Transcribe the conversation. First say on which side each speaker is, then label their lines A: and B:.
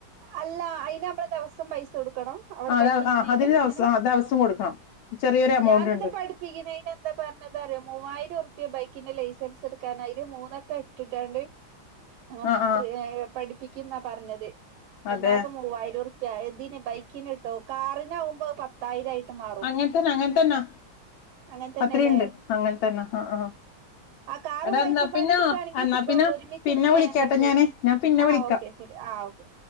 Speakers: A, on the right (about 80°); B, on the left (about 80°).
A: അല്ല അയിന് നമ്മടെ ദിവസം പൈസ കൊടുക്കണോ അവിടെ
B: ആഹ്
A: പഠിപ്പിക്കണെയ്ന്
B: ആ അതിന് ദിവസം
A: അങ്ങനെ
B: ആ ദിവസം കൊടുക്കണം ചെറിയൊരു എമൗണ്ട്
A: ഞാനെന്താ
B: ഉണ്ട്
A: പഠിപ്പിക്കണെന് എന്താ പറഞ്ഞത് അറിയോ മൂവായിരം എട്ടു റുപ്പിയാ ബൈക്കിന്റെ ലൈസൻസ് എടുക്കാനായി മൂന്ന് വട്ടം എട്ടിട്ടാണ്ട് അ
B: ആഹ് ആഹ്
A: ഫ്രീയായി പഠി പ്പിക്കുന്നാ പറഞ്ഞത്
B: അതെ
A: ഒന്നാക്കെ മൂവായിരം ഉർ ഇതിന് ബൈക്കി നിട്ടോ കാറിന്കുമ്പോ അത് പത്തായിരം ആയി മാറും
B: അങ്ങൻത്തന്നെ അങ്ങൻത്തന്നാ
A: അങ്ങനെ തന്നെല്ലേ
B: അത്രയുണ്ട് അങ്ങൻത്തന്നെ ആഹ് ആഹ്
A: ആ കാറും
B: എടാ
A: ബൈക്കുംപാടി
B: എന്നാ പിന്നാ
A: എടുക്കയാണെങ്കിൽ
B: എന്നാ
A: സുഖം
B: പിന്നെ
A: ഒരുമിച്ച്
B: പിന്നെ
A: എടുക്കയാണല്ലോ
B: വിളിക്കാട്ടെ
A: സുഖ
B: ഞാന് ഞാൻ പിന്നെ
A: ആ
B: വിളിക്കാം
A: ഓ ക്കേ ശരി ആ ഓക്കേ